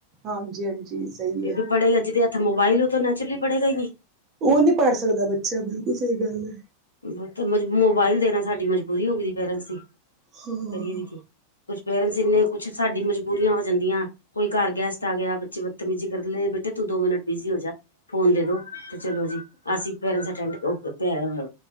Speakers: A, on the right; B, on the left.
A: ਹਾਂਜੀ ਹਾਂਜੀ ਸਹੀ
B: ਕਿਉਂਕਿ
A: ਹੈ
B: ਪੜੇਗਾ ਜਿਹਦੇ ਹੱਥ ਮੋਬਾਈਲ ਉਹ ਤਾਂ ਨੈਚੁਰਲੀ ਪੜੇਗਾ ਈ ਨੀ।
A: ਉਹ ਨੀ ਪੜ੍ਹ ਸਕਦਾ ਬੱਚਾ ਬਿਲਕੁੱਲ ਸਹੀ ਗੱਲ ਏ।
B: ਵੋ ਤਾ ਮਜ ਮੋਬਾਇਲ ਦੇਣਾ ਸਾਡੀ ਮਜਬੂਰੀ ਹੋ ਗਈ ਰੀ ਪੇਰੈਂਟਸ ਦੀ
A: ਹਾਂ
B: ਕਰੀਏ ਵੀ ਕੀ ਕੁਛ ਪੇਰੈਂਟਸ ਇੰਨੇ ਕੁਛ ਸਾਡੀ ਮਜਬੂਰੀਆਂ ਹੋ ਜਾਂਦੀਆਂ। ਕੋਈ ਘਰ ਗੈਸਟ ਆ ਗਿਆ ਬੱਚੇ ਬਦਤਮੀਜੀ ਕਰਲੇ ਬੇਟੇ ਤੂੰ ਦੋ ਮਿੰਨਟ ਬਿਜੀ ਹੋ ਜਾ। ਫੋਨ ਦੇ ਦੋ ਤੇ ਚਲੋ ਜੀ ਅਸੀਂ ਪੇਰੈਂਟਸ ਅਟੈਂਡ ਓ ਤੇ ਅ